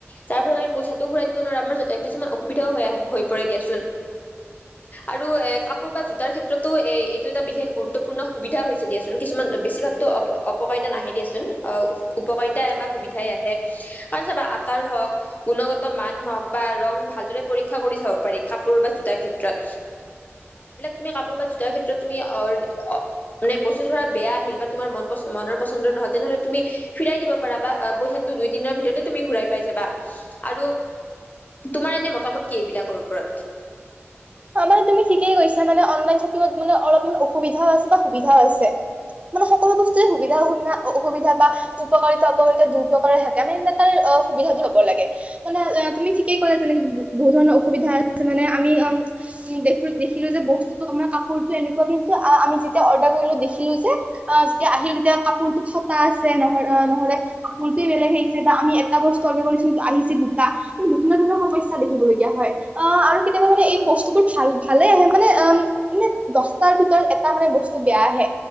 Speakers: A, on the left (about 35°); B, on the right (about 25°).
A: তাৰ ফলত আমি পইচাটোও ঘূৰাই দিব নোৱাৰো আমাৰ কিছুমান অসুবিধাও হৈ আহে হৈ পৰে দিয়াচোন। আৰু এ কাপোৰ বা জোতাৰ ক্ষেত্ৰত ক্ষেত্ৰতো এ এইটো এটা বিশেষ গুৰুত্বপূৰ্ণ সুবিধা হৈছে দিয়াচোন। কিছুমান বেছিভাগতো অপ-অপকাৰিতা নাহে দিয়েচোন উপকাৰিতা এ বা সুবিধাই আহে দিয়াচোন। আৰু চাবা আকাৰ হওঁক গুণগত মান হওঁক বা ৰং ভালদৰে পৰীক্ষা কৰি চাব পাৰি কাপোৰ বা জোতাৰ ক্ষেত্ৰত। তুমি কাপোৰ বা জোতাৰ ক্ষেত্ৰত তুমি অ' মানে বস্তুটো ধৰা বেয়া আহিল। বা মন পচন মনৰ পচন্দৰ নহয় হেনেহ'লে তুমি ফিৰাই দিব পাৰাবা পইচাটো দুইদিনৰ ভিতৰতে তুমি ঘূৰাই পাই যাবা আৰু তোমাৰ এনে মতামত কি এইবিলাকৰ ওপৰত?
B: অ', মানে তুমি ঠিকেই কৈছা মানে অনলাইন শ্বপিঙত মানে অলপমান অসুবিধাও আছে বা সুবিধাও আছে। মানে সকলো বস্তুেই সুবিধা অসুবিনা অসুবিধা বা উপকাৰিতা অপকাৰিতা দুইপ্ৰকাৰে থাকে মানে তাৰ অ' সুবিধাটো ল'ব লাগে। মানে তুমি ঠিকেই ক'লা যেনেকে বহুত ধৰণৰ অসুবিধা আছে মানে আমি অ' উম, দেখিলো যে বস্তুতো আাৰ কাপোৰতটো এনেকুৱা কিন্তু আমি যেতিয়া অৰ্ডাৰ কৰিলো দেখিলো যে। অ', যেতিয়া আহিল তেতিয়া কাপোৰটো ফটা আছে নহ'ল অ' নহ'লে কাপোৰটোৱে বেলেগ আহিছে বা আমি এটা বস্তু আনিব দিছো আহিছে দুটা। বিভিন্ন ধৰণৰ সমস্যা দেখিবলগীয়া হয়। অ', আৰু কেতিয়াবা মানে এই বস্তুবোৰ খাই ভালে আহে, মানে আম মানে দচটাৰ ভিতৰত এটা মানে বস্তু বেয়া আহে।